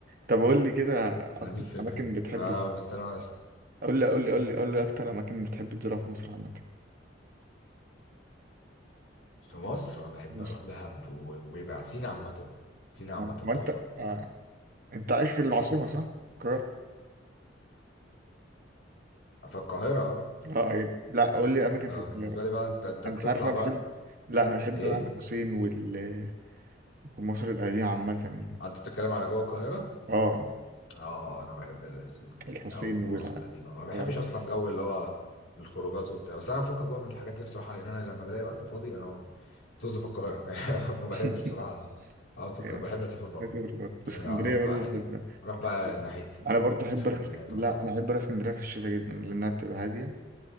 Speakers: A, on the right; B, on the left.
A: طب قول لي كده اكتر
B: ما دي الفكرة
A: اماكن بتحب
B: آه بس انا بس
A: قول لي قول لي قول لي قول لي اكتر اماكن بتحب تزورها في مصر عامه
B: في مصر انا بحب
A: في مصر
B: اروح دهب و- ويبقى سينا عامة سينا عامة
A: آه،
B: تحفة
A: ما انت آه. انت عايش في العاصمه
B: سينا
A: صح القاهره
B: في القاهرة اه
A: اه أيوة. لا قول لي اماكن
B: ما
A: في القاهره
B: بالنسبة لي بقى انت انت
A: انت
B: بتطلع
A: عارف انا
B: بقى
A: بحب لا انا بحب
B: ايه
A: بقى الحسين وال ومصر القديمه عامه يعني
B: انت بتتكلم على جوه القاهرة
A: اه
B: اه انا بحب السن-
A: الحسين
B: او من
A: وال
B: مصر القديمه ما بحبش
A: آه.
B: اصلا جو اللي هو الخروجات وبتاع بس انا بفكك بقى من الحاجات دي بصراحه لان انا لما بلاقي وقت فاضي انا طز في القاهره <laughs> ما بحبش
A: <laughs>
B: بصراحه اقعد في
A: يعني
B: القاهره بحب اسافر بره
A: عايز أسافر برضه
B: اروح
A: بس اسكندرية برضه
B: بقى حته
A: بحب
B: اروح بقى
A: بحب-
B: ناحيتي
A: أنا برضه أحب
B: اسكندريه
A: أروح اسك-
B: تحفه
A: لا أنا أحب أروح اسكندرية في الشتاء جدا لأنها بتبقى هادية